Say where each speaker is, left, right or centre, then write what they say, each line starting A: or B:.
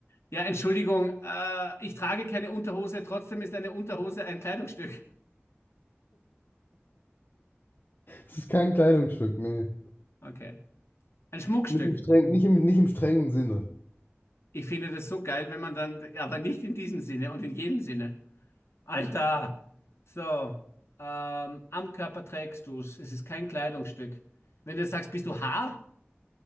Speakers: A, on the left; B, on the left.
A: Ja, Entschuldigung, äh, ich trage keine Unterhose, trotzdem ist eine Unterhose ein Kleidungsstück.
B: Es ist kein Kleidungsstück, nee.
A: Okay. Ein Schmuckstück.
B: Nicht im strengen, nicht im, nicht im strengen Sinne.
A: Ich finde das so geil, wenn man dann. Aber nicht in diesem Sinne und in jedem Sinne. Alter! So. Ähm, am Körper trägst du es. Es ist kein Kleidungsstück. Wenn du sagst, bist du Haar?